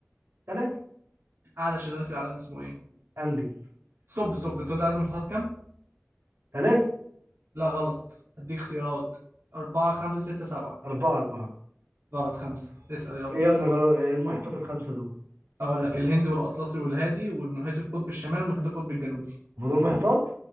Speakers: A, on the right; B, on the right.
A: ثلاثة
B: اعلى شلال في العالم اسمه ايه
A: انجز
B: ستوب ستوب انت قلت عدد المحتويات كام؟
A: ثلاثة
B: لا غلط اديك اختيارات أربعة خمسة ستة سبعة
A: أربعة أربعة
B: غلط خمسة اسأل يلا
A: إيه يا ابني غلط إيه المحيطات الخمسة دول
B: أقول لك الهند والأطلسي والهادي والمحيط القطب الشمالي والمحيط القطب الجنوبي
A: هما دول محيطات